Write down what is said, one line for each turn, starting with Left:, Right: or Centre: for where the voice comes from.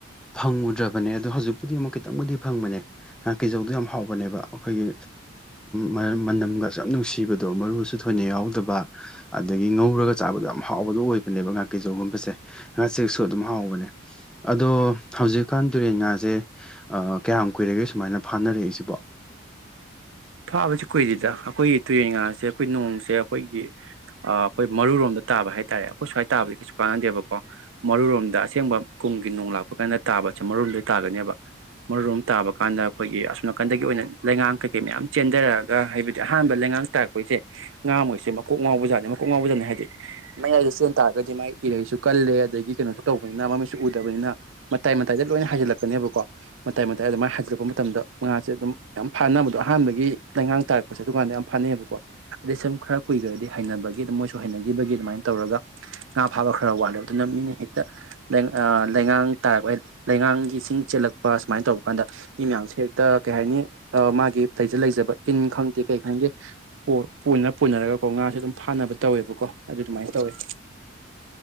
Centre: ꯐꯪꯉꯨꯗ꯭ꯔꯕꯅꯦ ꯑꯗꯣ ꯍꯧꯖꯤꯛꯄꯨꯗꯤ ꯑꯃꯨꯛ ꯈꯤꯇꯪꯕꯨꯗꯤ ꯐꯪꯕꯅꯦ ꯉꯥꯀꯤꯖꯧꯗꯣ ꯌꯥꯝ ꯍꯥꯎꯕꯅꯦꯕ ꯑꯩꯈꯣꯏꯒꯤ ꯃꯔꯝ ꯃꯅꯝꯒ ꯌꯥꯝ ꯅꯨꯡꯁꯤꯕꯗꯣ ꯃꯔꯨꯁꯨ ꯊꯣꯏꯅ ꯌꯥꯎꯗꯕ ꯑꯗꯒꯤ ꯉꯧꯔꯒ ꯆꯥꯕꯗꯣ ꯌꯥꯝ ꯍꯥꯎꯕꯗꯣ ꯑꯣꯏꯕꯅꯦꯕ ꯑꯗꯨꯒꯤ ꯉꯥꯀꯦꯖꯧꯒꯨꯝꯕꯁꯦ ꯉꯥꯆꯦꯛꯁꯨ ꯑꯗꯨꯝ ꯍꯥꯎꯕꯅꯦ ꯑꯗꯣ ꯍꯧꯖꯤꯛꯀꯥꯟ ꯇꯨꯔꯦꯟ ꯉꯥꯁꯦ ꯀꯌꯥꯝ ꯀꯨꯏꯔꯒꯦ ꯁꯨꯃꯥꯏꯅ ꯐꯥꯅꯔꯛꯏꯁꯤꯕꯣ
Right: ꯐꯥꯕꯁꯤ ꯀꯨꯏꯔꯤꯗ ꯑꯩꯈꯣꯏꯒꯤ ꯇꯨꯔꯦꯟꯉꯥꯁꯦ ꯑꯩꯈꯣꯏꯒꯤ ꯅꯣꯡꯁꯦ ꯑꯩꯈꯣꯏꯒꯤ ꯑꯩꯈꯣꯏ ꯃꯔꯨꯔꯣꯝꯗ ꯇꯥꯕ ꯍꯥꯏꯇꯥꯔꯦ ꯑꯩꯈꯣꯏ ꯁꯋꯥꯏ ꯇꯥꯕ ꯀꯥꯟꯅꯗꯦꯕꯀꯣ ꯃꯔꯨꯔꯣꯝꯗ ꯑꯁꯦꯡꯕ ꯀꯨꯝꯒꯤ ꯅꯣꯡ ꯂꯥꯛꯄ ꯀꯥꯟꯗ ꯇꯥꯕꯁ ꯃꯔꯣꯝꯗꯣ ꯇꯥꯒꯅꯦꯕ ꯃꯔꯨꯔꯣꯝ ꯇꯥꯕ ꯀꯥꯟꯗ ꯑꯩꯈꯣꯏꯒꯤ ꯑꯁꯣꯝ ꯅꯥꯀꯟꯗꯒꯤ ꯑꯣꯏꯅ ꯂꯩꯉꯥꯡ ꯀꯩ ꯀꯩ ꯃꯌꯥꯝ ꯆꯦꯟꯊꯔꯛꯑꯒ ꯍꯥꯏꯕꯗꯤ ꯑꯍꯥꯟꯕ ꯂꯩꯉꯥꯡ ꯇꯥꯔꯛꯄꯩꯁꯦ ꯉꯥ ꯃꯣꯏꯁꯦ ꯃꯀꯣꯛ ꯉꯥꯎꯕꯖꯥꯠꯅꯤ ꯃꯀꯣꯛ ꯉꯥꯎꯕꯖꯥꯠꯅꯦ ꯍꯥꯏꯗꯤ ꯃꯌꯥꯏꯗ ꯆꯦꯟ ꯇꯥꯔꯒꯗꯤ ꯃꯥꯒꯤ ꯏꯔꯩꯁꯨ ꯀꯜꯂꯦ ꯑꯗꯒꯤ ꯀꯩꯅꯣꯁꯨ ꯇꯧꯕꯅꯤꯅ ꯃꯩꯁꯨ ꯎꯗꯕꯅꯤꯅ ꯃꯇꯥꯏ ꯃꯇꯥꯏꯗ ꯂꯣꯏꯅ ꯍꯥꯏꯖꯤꯜꯂꯛꯀꯅꯦꯕꯀꯣ ꯃꯇꯥꯏ ꯃꯇꯥꯏꯗ ꯑꯗꯨ ꯃꯥꯏ ꯍꯥꯏꯖꯤꯜꯂꯛꯄ ꯃꯇꯝꯗ ꯉꯥꯁꯦ ꯑꯗꯨꯝ ꯌꯥꯝ ꯐꯥꯅꯕꯗꯣ ꯑꯍꯥꯟꯕꯒꯤ ꯂꯩꯉꯥꯡ ꯇꯥꯔꯛꯄꯁꯦ ꯑꯗꯨꯀꯥꯟꯗ ꯌꯥꯝ ꯐꯅꯩꯑꯕꯀꯣ ꯑꯗꯩ ꯁꯨꯝ ꯈꯔ ꯀꯨꯏꯈ꯭ꯔꯗꯤ ꯍꯩꯅꯕꯒꯤ ꯑꯗꯨ ꯃꯣꯏꯁꯨ ꯍꯩꯅꯈꯤꯕꯒꯤ ꯑꯗꯨꯃꯥꯏꯅ ꯇꯧꯔꯒ ꯉꯥ ꯐꯥꯕ ꯈꯔ ꯋꯥꯠꯂꯦꯕ ꯑꯗꯨꯅ ꯃꯤꯅ ꯍꯦꯛꯇ ꯂꯩꯉꯥꯡ ꯇꯥꯔꯛꯄ ꯂꯩꯉꯥꯡꯒꯤꯁꯤꯡ ꯆꯦꯜꯂꯛꯄ ꯁꯨꯃꯥꯏꯅ ꯇꯧꯕꯔ ꯀꯥꯟꯗ ꯃꯤ ꯃꯌꯥꯝꯁꯦ ꯍꯦꯛꯇ ꯀꯩ ꯍꯥꯏꯅꯤ ꯃꯥꯒꯤ ꯂꯩꯖ ꯂꯩꯖꯕ ꯏꯟ ꯈꯪꯗꯦ ꯀꯩ ꯈꯪꯗꯦ ꯄꯅ ꯄꯨꯅꯔꯒꯀꯣ ꯉꯥꯁꯦ ꯑꯗꯨꯝ ꯐꯥꯅꯕ ꯇꯧꯋꯦꯕꯀꯣ ꯑꯗꯨ ꯑꯗꯨꯃꯥꯏꯅ ꯇꯧꯋꯦ